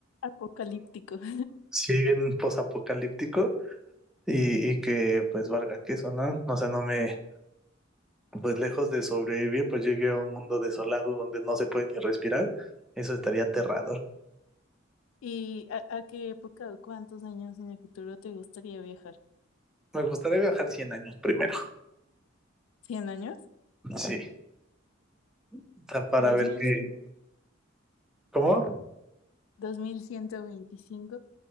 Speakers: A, on the left; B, in the centre.
A: apocalíptico. <laughs>
B: sí, bien posapocalíptico y, y que pues valga queso, ¿no? O sea, no me, pues lejos de sobrevivir, pues llegué a un mundo desolado donde no se puede ni respirar. Eso estaría aterrador.
A: ¿Y a, a qué época o cuántos años en el futuro te gustaría viajar?
B: Me gustaría viajar cien años primero.
A: ¿Cien años?
B: Sí, o sea, para
A: ¿Dos
B: ver
A: mil
B: qué,
A: cien?
B: ¿cómo?
A: ¿Dos mil ciento veinticinco?